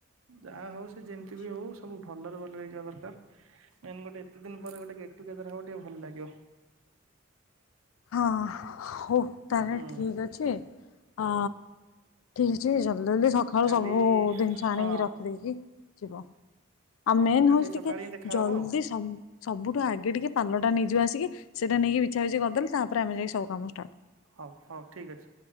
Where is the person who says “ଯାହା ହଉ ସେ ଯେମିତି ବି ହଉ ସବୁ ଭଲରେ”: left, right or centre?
Right